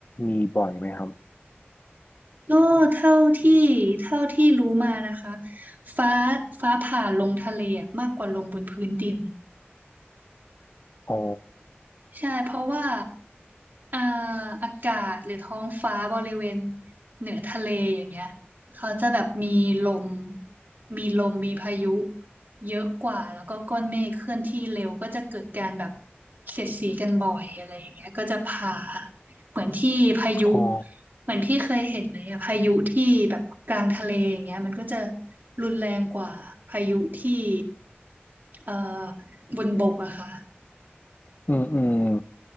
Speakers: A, on the left; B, on the right.
A: มีบ่อยไหมครับ
B: ก็เท่าที่เท่าที่รู้มานะคะฟ้าฟ้าผ่าลงทะเลอะมากกว่าลงบนพื้นดิน
A: อ๋อ
B: ใช่เพราะว่าอ่าอากาศหรือท้องฟ้าบริเวณเหนือทะเลอย่างเงี้ยเขาจะแบบมีลมมีลมมีพายุเยอะกว่าแล้วก็ก้อนเมฆเคลื่อนที่เร็วก็จะเกิดการแบบเสียดสีกันบ่อยอะไรอย่างเงี้ยก็จะผ่าเหมือนที่พายุ
A: อ๋อ
B: เหมือนพี่เคยเห็นไหมอะพายุที่แบบกลางทะเลอย่างเงี้ยมันก็จะรุนแรงกว่าพายุที่เอ่อบนบกอะค่ะ
A: อืมอืม